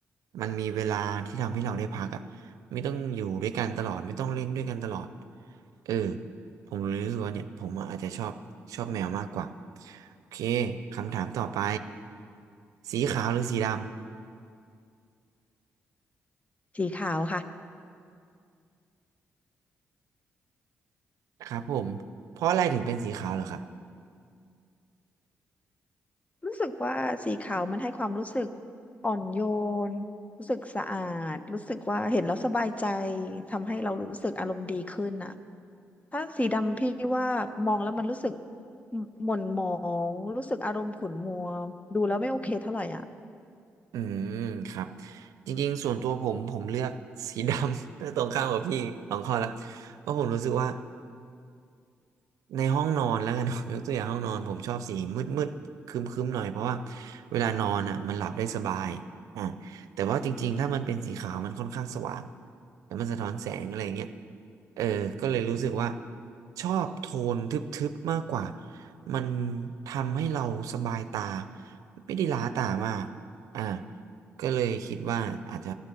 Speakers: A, on the right; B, on the left.
A: มันมีเวลาที่ทำให้เราได้พักอ่ะไม่ต้องอยู่ด้วยกันตลอดไม่ต้องเล่นด้วยกันตลอดเออผมเลยรู้สึกว่าเนี่ยผมอาจจะชอบชอบแมวมากกว่าโอเคคำถามต่อไปสีขาวหรือสีดำ
B: สีขาวค่ะ
A: ครับผมเพราะอะไรถึงเป็นสีขาวเหรอครับ
B: รู้สึกว่าสีขาวมันให้ความรู้สึกอ่อนโยนรู้สึกสะอาดรู้สึกว่าเห็นแล้วสบายใจทำให้เรารู้สึกอารมณ์ดีขึ้นน่ะถ้าสีดำพี่ว่ามองแล้วมันรู้สึกหม่นหมองรู้สึกอารมณ์ขุ่นมัวดูแล้วไม่โอเคเท่าไหร่อ่ะ
A: อืมครับจริงๆส่วนตัวผมผมเลือกสีดำ <laughs> ตรงข้ามกับพี่สองข้อละเพราะผมรู้สึกว่า ในห้องนอนแล้วกัน <laughs> ผมยกตัวอย่างห้องนอนผมชอบสีมืดมืดคึมคึมๆหน่อยเพราะว่าเวลานอนอ่ะมันหลับได้สบายอ่าแต่ว่าจริงๆถ้ามันเป็นสีขาวมันค่อนข้างสว่างแล้วมันสะท้อนแสงอะไรเงี้ยเออก็เลยรู้สึกว่าชอบโทนทึบๆมากกว่ามันทำให้เราสบายตาไม่ได้ล้าตามากอ่าก็เลยคิดว่าอาจจะ